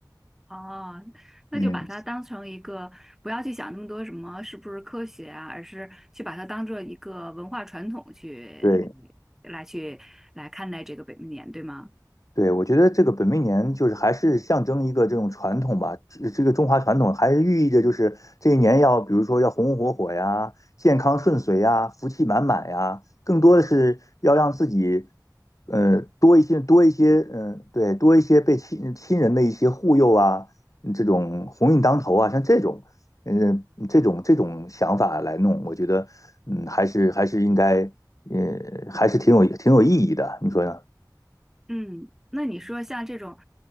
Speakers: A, in the centre; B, on the left.
A: 哦，那就把它当成一个，
B: 嗯，
A: 不要去想那么多什么是不是科学啊，而是去把它当做一个文化传统去
B: 对，
A: 来来去来看待这个本命年，对吗？
B: 对，我觉得这个本命年就是还是象征一个这种传统吧，这这个中华传统还是寓意着就是这一年要，比如说要红红火火呀，健康顺遂呀，福气满满呀，更多的是要让自己，呃，多一些多一些，嗯、对，多一些被亲亲人的一些护佑啊，嗯这种鸿运当头啊，像这种，嗯、这种这种想法来弄，我觉得，嗯，还是还是应该，呃，还是挺有挺有意义的，你说呢？
A: 嗯，那你说像这种，